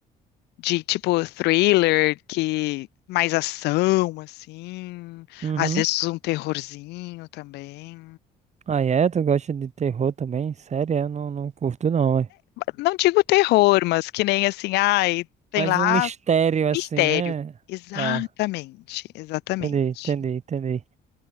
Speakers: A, on the left (about 80°); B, on the right (about 40°).
A: de tipo thriller, que mais ação, assim,
B: Uhum.
A: às vezes um terrorzinho também.
B: Ah, é? Tu gosta de terror também? Sério? Eu não, não curto não, ué.
A: Não digo terror, mas que nem assim, ai, tem
B: Mas
A: lá
B: um mistério assim,
A: Mistério.
B: né?
A: Exatamente,
B: Tá,
A: exatamente.
B: entendi, entendi, entendi.